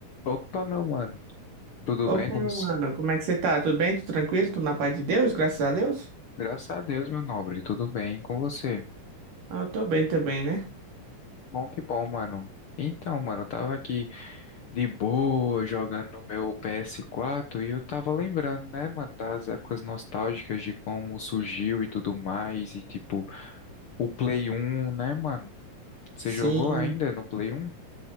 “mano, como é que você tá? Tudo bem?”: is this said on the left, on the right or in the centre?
Right